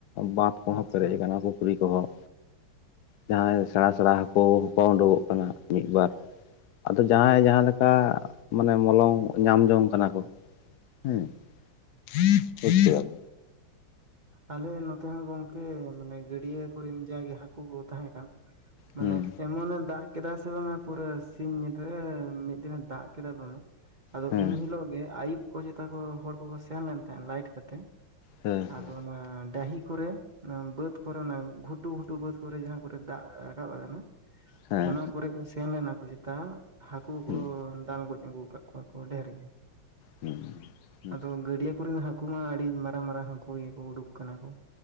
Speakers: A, on the left (about 65°); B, on the right (about 30°).
A: ᱵᱟᱸᱫᱷ ᱠᱚᱦᱚᱸ
B: ᱟᱪᱪᱷᱟ
A: ᱯᱮᱨᱮᱡ ᱟᱠᱟᱱᱟ, ᱯᱩᱠᱷᱨᱤ ᱠᱚᱦᱚᱸ᱾ ᱡᱟᱦᱟᱸᱭ ᱥᱮᱬᱟ ᱥᱮᱬᱟ ᱦᱟᱹᱠᱩ ᱦᱚᱸᱠᱚ ᱩᱰᱩᱠᱚᱜ ᱠᱟᱱᱟ ᱢᱤᱫ-ᱵᱟᱨ᱾ ᱟᱫᱚ ᱡᱟᱦᱟᱸᱭ ᱡᱟᱦᱟᱸ ᱞᱮᱠᱟ ᱢᱟᱱᱮ ᱢᱚᱞᱚᱝ ᱧᱟᱢ ᱡᱚᱝ ᱠᱟᱱᱟᱠᱚ ᱦᱩᱸ, ᱵᱩᱪ ᱠᱮᱫᱟ ᱵᱮᱱ᱾
B: ᱟᱞᱮ ᱱᱚᱛᱮ ᱦᱚᱸ ᱜᱚᱝᱠᱮ ᱢᱟᱱᱮ ᱜᱟᱹᱰᱭᱟᱹ ᱠᱚᱨᱮᱱ ᱡᱟᱜᱮ ᱦᱟᱹᱠᱩ ᱠᱚ ᱛᱟᱦᱮᱸ ᱠᱟᱱ ᱢᱟᱱᱮ
A: ᱦᱩᱸ
B: ᱮᱢᱚᱱᱮ ᱫᱟᱜ ᱠᱮᱫᱟ ᱥᱮ ᱵᱟᱝᱟ ᱯᱩᱨᱟᱹ ᱥᱤᱧ ᱧᱤᱫ ᱢᱤᱫ ᱫᱤᱱᱮ ᱫᱟᱜ ᱠᱮᱫᱟ ᱫᱚᱢᱮ᱾ ᱟᱫᱚ
A: ᱦᱮᱸ
B: ᱮᱱᱦᱤᱞᱚᱜ ᱜᱮ ᱟᱭᱩᱵ ᱠᱚ ᱡᱮᱛᱟ ᱠᱚ ᱦᱚᱲ ᱠᱚᱠᱚ ᱥᱮᱱ ᱞᱮᱱ ᱛᱟᱦᱮᱸᱫ ᱞᱟᱭᱤᱴ ᱠᱟᱛᱮ᱾
A: ᱦᱮᱸ᱾ ᱦᱮᱸ
B: ᱟᱫᱚ ᱱᱚᱣᱟ ᱰᱟᱹᱦᱤ ᱠᱚᱨᱮ᱾ ᱚᱱᱟ ᱵᱟᱹᱫᱽ ᱠᱚᱨᱮ ᱚᱱᱟ ᱜᱷᱩᱴᱩ ᱜᱷᱩᱴᱩ ᱵᱟᱹᱫ ᱠᱚᱨᱮ ᱡᱟᱦᱟᱸ ᱠᱚᱨᱮ ᱫᱟᱜ ᱨᱟᱠᱟᱵ ᱟᱠᱟᱱᱟ
A: ᱦᱮᱸ
B: ᱚᱱᱟ ᱠᱚᱨᱮ ᱠᱚ ᱥᱮᱱ ᱞᱱᱟ ᱪᱮᱛᱟ ᱦᱟᱹᱠᱩ
A: ᱦᱩᱸ
B: ᱠᱚ ᱫᱟᱞ ᱜᱚᱡ ᱟᱹᱜᱩ ᱠᱟᱜ ᱠᱚᱣᱟ ᱠᱚ ᱰᱷᱮᱨ ᱜᱮ᱾
A: ᱦᱩᱸ ᱦᱩᱸ
B: ᱟᱫᱚ ᱜᱟᱹᱰᱭᱟᱹ ᱠᱚᱨᱮᱱ ᱦᱟᱹᱠᱩ ᱢᱟ ᱟᱹᱰᱤ ᱢᱟᱨᱟᱝ ᱢᱟᱨᱟᱝ ᱦᱟᱹᱠᱩ᱾ ᱳᱭᱮ ᱠᱚ ᱩᱰᱩᱠ ᱠᱟᱱᱟ ᱠᱚ᱾